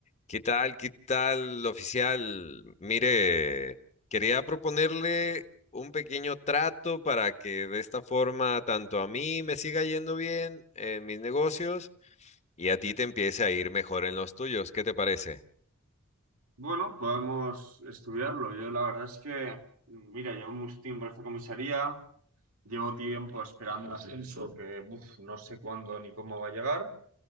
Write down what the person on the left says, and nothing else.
¿Qué tal? ¿Qué tal, oficial? Mire, quería proponerle un pequeño trato para que de esta forma tanto a mí me siga yendo bien en mis negocios y a ti te empiece a ir mejor en los tuyos. ¿Qué te parece?